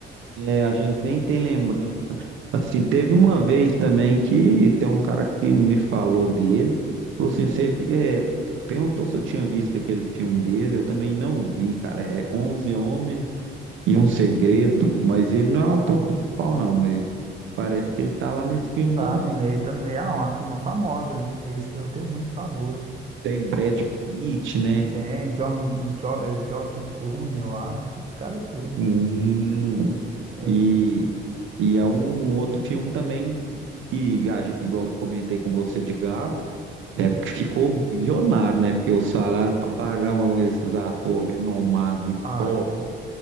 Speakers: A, on the right (about 75°); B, on the right (about 35°).
A: É, a gente nem tem lembrança. Assim, teve uma vez também que tem um cara que me falou dele, que falou assim, você vi- é, perguntou se eu tinha visto aquele filme dele, eu também não vi, cara. É 11 Homens e um Segredo, mas ele não é o ator principal não, mas parece que ele tá lá nesse filme
B: Tá
A: também.
B: no meio, tá no meio. Ah, uma turma famosa ali, né? Esse filme tem muito famoso.
A: Tem Brad Pitt, né?
B: Tem John, Jo- eh, George Clooney, eu acho, esse cara tudo.
A: Hum,
B: É.
A: e, e é um outro filme também que, a gen- igual eu comentei com você de gasto, é porque ficou bilionário, né? Porque o salário para pagar um- esses atores renomados e
B: Ah,
A: top
B: cara.